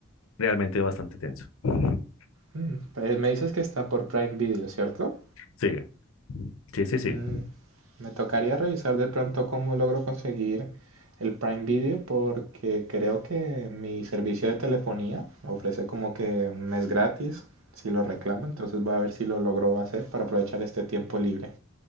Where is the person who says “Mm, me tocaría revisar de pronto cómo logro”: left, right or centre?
Right